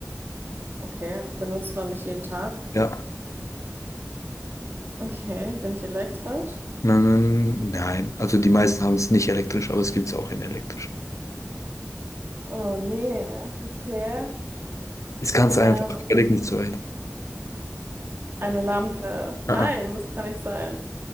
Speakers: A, on the right (about 45°); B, on the left (about 80°).
A: Okay. Benutzt man mich jeden Tag?
B: Ja,
A: Okay, bin ich elektrisch?
B: nein, nein. Also die meisten haben es nicht elektrisch, aber es gibt's auch in elektrisch.
A: Oh nee, okay.
B: Ist ganz einfach.
A: Ähm,
B: Überleg nicht so weit.
A: eine Lampe. Nein,
B: Ah, ah.
A: das kann nicht sein.